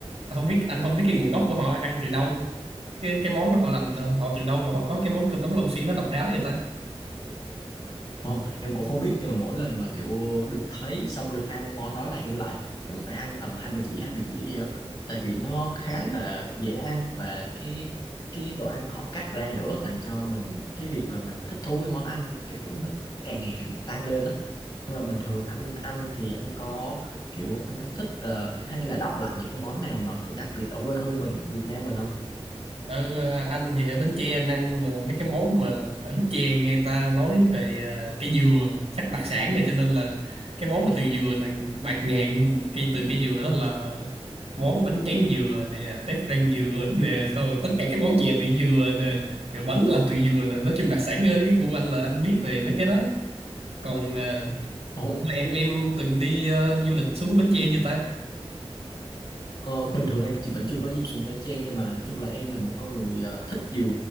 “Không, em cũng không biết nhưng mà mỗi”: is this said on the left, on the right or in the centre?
Left